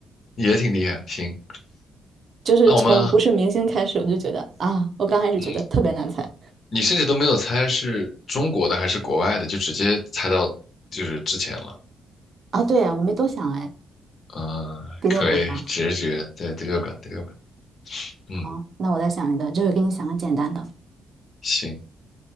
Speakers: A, on the left; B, on the right.
A: 也挺厉害。行，
B: <laughs> 就是从不是明星开始，
A: 那我们，
B: 我就觉得啊，我刚开始觉得特别难猜
A: 嗯，你甚至都没有猜是中国的还是国外的，就直接猜到就是之前了。
B: 啊，对呀，我没多想哎，
A: 嗯，
B: 第六感吧。
A: 可以，直觉，对，第六感，第六感。嗯，
B: 好，那我再想一个，就是给你想个简单的，
A: 行。